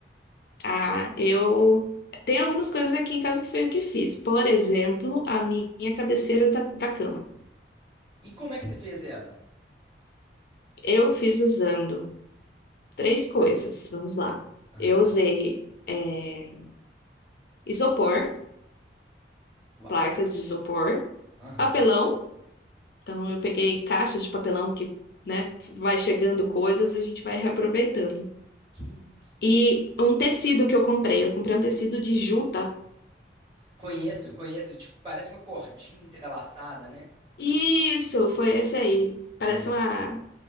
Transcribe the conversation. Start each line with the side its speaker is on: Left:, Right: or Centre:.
Left: Ah, eu tem algumas coisas aqui em casa que foi eu que fiz. Por exemplo, a minha cabeceira da, da cama.
Right: E como é que você fez ela?
Left: Eu fiz usando três coisas. Vamos lá.
Right: Aham.
Left: Eu usei é, isopor,
Right: Uau.
Left: placas de isopor,
Right: Aham.
Left: papelão. Então eu peguei caixas de papelão que, né, vai chegando coisas, a gente vai reaproveitando.
Right: Que isso?
Left: E um tecido que eu comprei. Eu comprei um tecido de juta.
Right: Conheço, conheço. Tipo, parece uma cordinha entrelaçada, né?
Left: Isso, foi esse aí. Parece
Right: Conheço.
Left: uma,